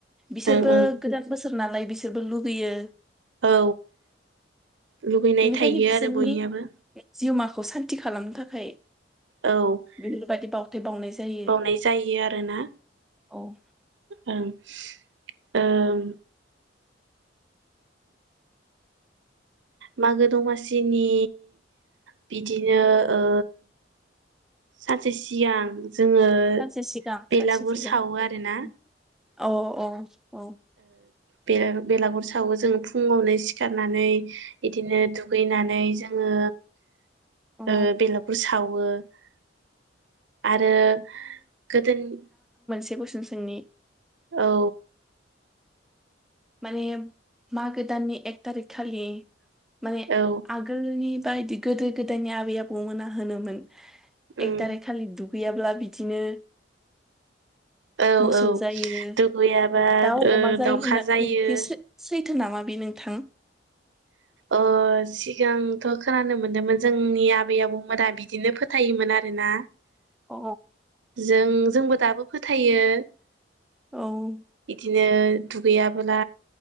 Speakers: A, in the centre; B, on the right.
A: बिसोरबो
B: ओं ओं
A: गोदान बोस सोर नालाय बिसोरबो लुगैयो।
B: औ लुगैनाय
A: बेनिखायनो
B: थायो
A: बिसोरनि
B: आरो बयनियाबो
A: जिउमा असान्ति खालामनो थाखाय।
B: औ
A: बेफोरबायदि
B: <inaudible>
A: बावथाय बावनाय जायो
B: बावनाय जायो आरोना
A: औ
B: ओं। <inaudible> ओं। मागो दमासिनि बिदिनो‌ ओ सानसे सिगां जोङो
A: सानसे सिगां
B: बेलागुर
A: सानसे सिगां
B: सावो आरोना
A: <inaudible> अ औ। औ।
B: बे बेलागुर सावो जों फुङावनो सिखारनानै इदिनो दुगैनानै जोङो
A: औ
B: ओ बेलागुर साव वो <inaudible> आरो गोदोनि
A: से कुइसन सोंनि।
B: औ।
A: माने मागो दाननि एक थारिख खालि। माने
B: औ
A: आगोलनि बायदि गोदो गोदायनि आबै आबौमोना होनोमोन।
B: उम
A: एख थारिख खालि दु याल्बा बिदिनो।
B: औ
A: मोसौ
B: औ
A: जायो
B: दुगैयाबा
A: दाउ
B: ओ
A: अमा जायो
B: दाउखा
A: होननानै
B: जायो।
A: बे सै- सैथो नामा बि नोंथां।
B: ओ सिगांथ खोनानो मोनदोंमोन जोंनि आबै आबौमोना बिदिनो फोथायोमोन आरोना।
A: अ
B: जों जोंबो दाबो फोथायो।
A: औ
B: बिदिनो दुगैयाबोला